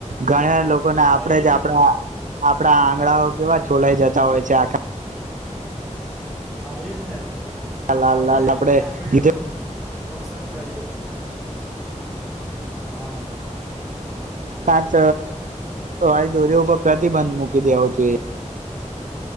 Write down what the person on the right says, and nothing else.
ઘણા લોકોને આપણેે
જ આપણા
આપડા આંગણાઓ કેવા છોલાઈ જતા હોય છે આખ
લાલ
લાલ
ધીરે
કાચ વાળી દોરી ઉપર પ્રતિબંધ મૂકી દેવો જોઈએ